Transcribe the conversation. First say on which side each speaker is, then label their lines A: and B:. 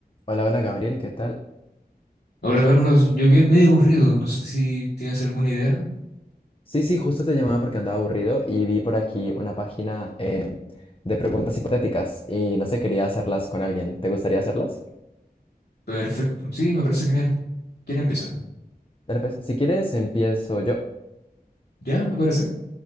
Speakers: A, on the left; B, on the left.
A: Hola, hola Gabriel, ¿qué tal?
B: Hola Carlos, yo bien medio aburrido, no sé si tienes alguna idea.
A: Sí, sí, justo te llamaba porque andaba aburrido y vi por aquí una página eh, de preguntas hipotéticas y no sé, quería hacerlas con alguien. ¿Te gustaría hacerlas?
B: Perfecto, sí, me parece genial. ¿Quién empieza?
A: Dale pues, si quieres empiezo yo.
B: ¿Ya? Me parece.